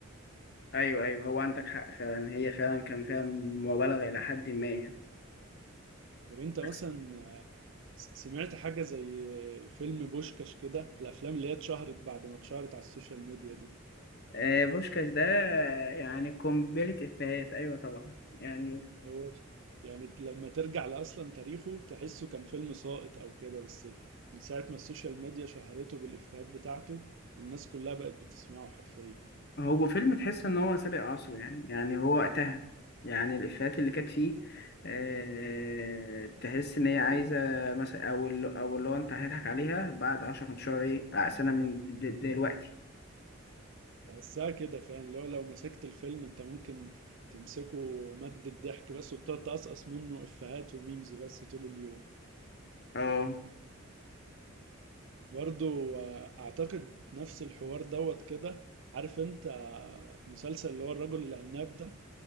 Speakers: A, on the left; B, on the right.
A: أيوه أيوه هو عندك حق فعلا هي فعلا كان فيها مبالغة إلى حد ما يعني
B: طب انت مثلا
A: بس
B: س- سمعت حاجة زي فيلم بوشكاش كده الافلام اللي هي اتشهرت بعد ما اتشهرت على السوشيال ميديا دي
A: أه بوشكاش ده يعني قنبلة إفيهات أيوه طبعا يعني
B: هو يعني لما ترجع لأصلا تاريخه تحسه كان فيلم ساقط أو كده بس من ساعة ما السوشيال ميديا شهرته بالإفيهات بتاعته والناس كلها بقت بتسمعه حرفيا
A: هو فيلم تحس ان هو سابق عصره يعني يعني هو وقتها يعني الافيهات اللي كانت فيه آه، تحس ان هي عايزه مثلا او ال- او اللي هو انت هتضحك عليها بعد 10 15 ايه سنه من د- دلوقتي
B: تحسها كده فعلا لو لو مسكت الفيلم أنت ممكن تمسكه مادة ضحك بس وتقعد تقصقص منه إفيهات وميمز بس طول اليوم
A: اه
B: برضو آه، أعتقد نفس الحوار دوت كده عارف أنت آه، مسلسل اللي هو الرجل العناب ده